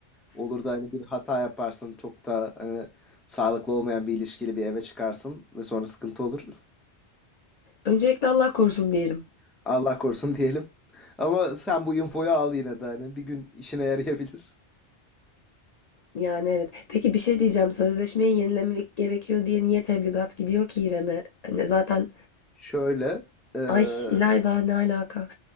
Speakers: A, in the centre; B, on the left.
A: Olur da hani bir hata yaparsın çok da hani sağlıklı olmayan bir ilişkili bir eve çıkarsın ve sonra sıkıntı olur.
B: Öncelikle Allah korusun diyelim.
A: <laughs> Allah korusun diyelim. Ama sen bu infoyu al yine de hani bir gün işine yarayabilir.
B: Yani evet. Peki bir şey diyeceğim. Sözleşmeyi yenilemek gerekiyor diye niye tebligat gidiyor ki İrem'e? Hani zaten
A: Şöyle, eee,
B: ay İlayda ne alaka?